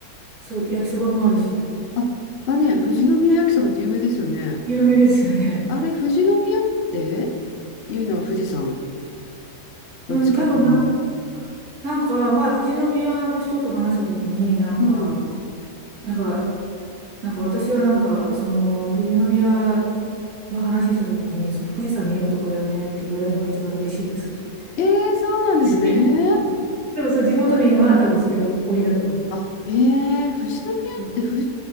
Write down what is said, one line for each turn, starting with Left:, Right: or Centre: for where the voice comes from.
Right: そう、焼きそばもあるし。
Left: あ、あね、富士宮焼きそばって有名ですよね。
Right: 有名ですよね。
Left: あれ、富士宮っていうのは富士山
Right: <laughs> うん、
Left: の近くなの。
Right: 多分なん、なんか前、富士宮の人と話したときに、なんか、
Left: うん。
Right: なんか、なんか私はなんか、その、富士宮の話したときに、その富士山見えるとこだよねって言われるのが一番嬉しいですとか言って。
Left: ええそうなんですね。
Right: <laughs> でも、その地元民は多分それが誇りだと思いますね、
Left: あ、
Right: きっと。
Left: へえ富士宮ってふ、
Right: うん